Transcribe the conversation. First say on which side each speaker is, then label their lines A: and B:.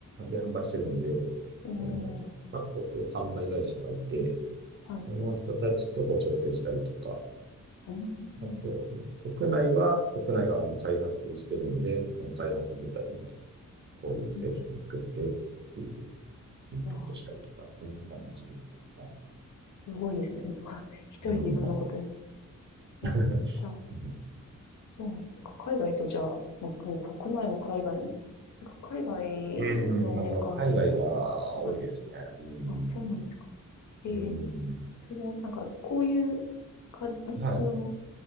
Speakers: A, on the right; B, on the left.
A: で販売してるんで、
B: うん
A: その、各国販売会社がいて、
B: はい。
A: その人たちとこう調整したりとか、
B: うーん、
A: あと、国内は、国内があの開発してるんで、その開発部隊にこういう製品作ってっていう
B: う
A: インプットしたりとか、
B: ん、あー
A: そんな感じですとか。
B: すごいですね。なんか、一人でいろんなことや
A: うん。
B: ええー、
A: <laughs>
B: じゃあ、そうなんです。なんか海外とじゃあ、まあもう国内も海外も。なんか海外のメーカーさんとか。
A: うん、まあ、まあ海外が多いですね。
B: はい。
A: うん。
B: あ、そうなんですか。ええ
A: うん。
B: その、なんか、こういう、か、んその、
A: はい。